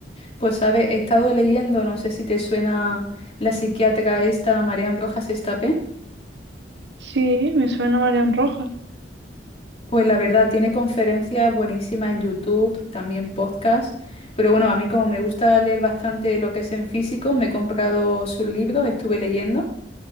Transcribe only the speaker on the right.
Sí, me suena Marian Rojas.